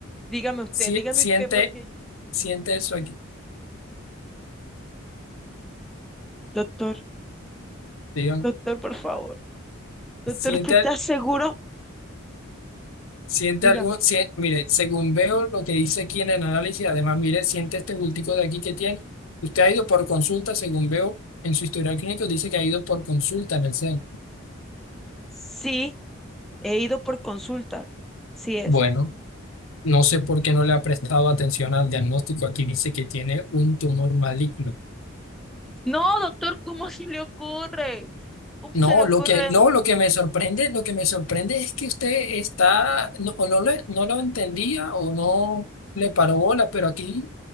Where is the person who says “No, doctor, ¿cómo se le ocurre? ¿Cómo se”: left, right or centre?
Centre